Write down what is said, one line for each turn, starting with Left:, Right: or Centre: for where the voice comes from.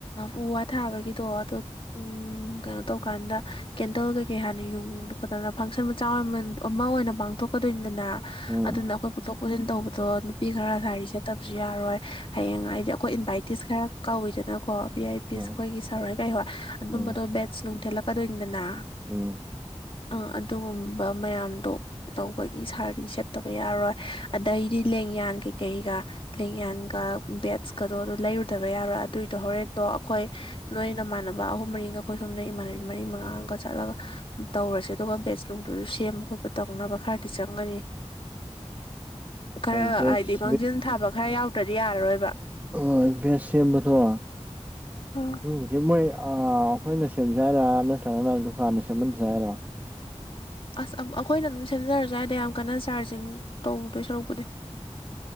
Left: ꯎ ꯋꯥ ꯊꯥꯕꯒꯤꯗꯣ ꯑꯗꯨ ꯎꯝ ꯀꯩꯅꯣ ꯇꯧꯀꯥꯟꯗ ꯀꯦꯟꯗꯜ ꯀꯩꯀꯩ ꯍꯥꯟꯅ ꯌꯨꯡꯗ ꯈꯣꯠꯇꯅ ꯐꯪꯁꯟ ꯃꯆꯥ ꯃꯃꯜ ꯑꯃ ꯑꯣꯏꯅ ꯄꯥꯡꯊꯣꯛꯀꯗꯣꯏꯅꯤꯅ
Right: ꯎꯝ
Left: ꯑꯗꯨꯅ ꯑꯩꯈꯣꯏ ꯄꯨꯊꯣꯛ ꯄꯨꯁꯤꯟ ꯇꯧꯕ ꯑꯗꯣ ꯅꯨꯄꯤ ꯈꯔ ꯁꯥꯔꯤ ꯁꯦꯠꯇꯕꯁꯨ ꯌꯥꯔꯣꯏ ꯍꯌꯦꯡ ꯍꯥꯏꯗꯤ ꯑꯩꯈꯣꯏ ꯏꯟꯚꯥꯏꯇꯤꯁ ꯈꯔ ꯀꯧꯋꯤꯗꯅꯀꯣ ꯚꯤ ꯑꯥꯏ ꯄꯤꯁ
Right: ꯎꯝ
Left: ꯑꯩꯈꯣꯏꯒꯤ ꯁꯥꯔꯣꯏ ꯀꯩ ꯍꯣꯏ ꯑꯗꯨꯝꯕꯗꯣ
Right: ꯎꯝ
Left: ꯕꯦꯠꯁ ꯅꯨꯡꯊꯠꯂꯛꯀꯗꯣꯏꯅꯤꯗꯅ
Right: ꯎꯝ
Left: ꯑ ꯑꯗꯨꯒꯨꯝꯕ ꯃꯌꯥꯝꯗꯣ ꯇꯧꯕꯒꯤ ꯁꯥꯔꯤ ꯁꯦꯠꯇꯕ ꯌꯥꯔꯣꯏ ꯑꯗꯩꯗꯤ ꯂꯦꯡꯌꯥꯟ ꯀꯩꯀꯩꯒ ꯂꯦꯡꯌꯥꯟꯒ ꯕꯦꯠꯁꯀꯗꯣ ꯑꯗꯨ ꯂꯩꯔꯨꯗꯕ ꯌꯥꯔꯣꯏ ꯑꯗꯨꯏꯗꯣ ꯍꯣꯔꯦꯟꯗꯣ ꯑꯩꯈꯣꯏ ꯅꯣꯏ ꯅꯃꯥꯟꯅꯕ ꯑꯍꯨꯝ ꯃꯔꯤꯒ ꯑꯩꯈꯣꯏ ꯁꯣꯝꯅ ꯏꯃꯥꯟꯅꯕꯤ ꯃꯔꯤ ꯃꯉꯥꯒ ꯆꯠꯂꯒ ꯇꯧꯔꯁꯦ ꯑꯗꯨꯒ ꯕꯦꯁ ꯅꯨꯡꯗꯨꯁꯨ ꯁꯦꯝꯕ ꯈꯣꯠꯄ ꯇꯧꯅꯕ ꯈꯔꯗꯤ ꯆꯪꯒꯅꯤ ꯈꯔ
Right: ꯍꯣꯏ ꯕꯦꯁ
Left: ꯍꯥꯏꯗꯤ ꯃꯥꯡꯖꯤꯟ ꯊꯥꯕ ꯈꯔ ꯌꯥꯎꯗ꯭ꯔꯗꯤ ꯌꯥꯔꯔꯣꯏꯕ
Right: ꯑꯣ ꯁ ꯁꯦꯝꯕ ꯊꯣ
Left: ꯑꯥ
Right: ꯑꯗꯨꯕꯨꯗꯤ ꯃꯣꯏ ꯑꯩꯈꯣꯏꯅ ꯁꯦꯝꯖ ꯍꯥꯏꯔ ꯅꯠꯇ꯭ꯔꯒꯅ ꯗꯨꯀꯥꯟꯗ ꯁꯦꯝꯍꯟꯁ ꯍꯥꯏꯔꯥ
Left: ꯑꯁ ꯑꯩꯈꯣꯏꯅ ꯑꯗꯨꯝ ꯁꯦꯝꯖꯔꯁꯨꯋꯥꯏꯗ ꯌꯥꯝ ꯀꯟꯅ ꯆꯥꯔꯖꯤꯡ ꯇꯧꯗꯣꯏ ꯁꯔꯨꯛꯄꯗꯤ